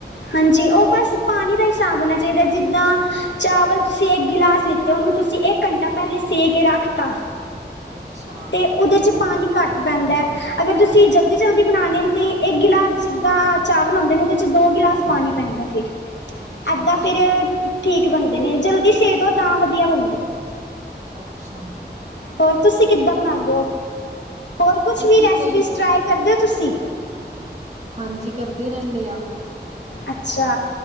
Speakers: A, on the left; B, on the right.
A: ਹਾਂਜੀ ਉਹ ਬਸ ਪਾਣੀ ਦਾ ਹਿਸਾਬ ਹੋਣਾ ਚਾਹੀਦਾ ਜਿੱਦਾਂ। ਚਾਵਲ ਤੁਸੀਂ ਇੱਕ ਗਿਲਾਸ ਲਿੱਤੇ ਉਹਨੂੰ ਤੁਸੀਂ ਇੱਕ ਘੰਟਾ ਪਹਿਲੇ ਸੇ ਕੇ ਰੱਖਤਾ।
B: ਅੱਛਾ।
A: ਤੇ ਉਹਦੇ ਚ ਪਾਣੀ। ਘੱਟ ਪੈਂਦਾ ਅਗਰ ਤੁਸੀਂ ਜਲਦੀ-ਜਲਦੀ ਬਣਾਉਣੇ ਤਾਂ ਇਕ ਗਿਲਾਸ ਜਿੱਦਾਂ। ਚਾਵਲ ਹੁੰਦੇ ਨੇ ਉਹਦੇ ਚ ਦੋ ਗਲਾਸ ਪਾਣੀ ਪੈਂਦਾ ਫਿਰ।
B: ਅੱਛਾ
A: ਏਦਾਂ
B: ਅੱਛਾ
A: ਫਿਰ ਠੀਕ ਬਣਦੇ ਨੇ ਜਲਦੀ ਸੇਦ ਦੋ ਤਾਂ ਵਧੀਆ ਬਣਦੇ।
B: ਅੱਛਾ।
A: ਹੋਰ ਤੁਸੀਂ ਕਿੱਦਾਂ ਬਣਾਦੇ ਹੋ ਹੋਰ ਕੁਛ
B: ਅਸੀਂ
A: ਵੀ ਰੈਸੀਪੀ
B: ਕਈ
A: ਚ ਟ੍ਰਾਈ ਕਰਦੇ ਹੋ ਤੁਸੀਂ।
B: ਹਾਂਜੀ ਕਰਦੇ ਰਹਿੰਦੇ ਹਾਂ।
A: ਅੱਛਾ।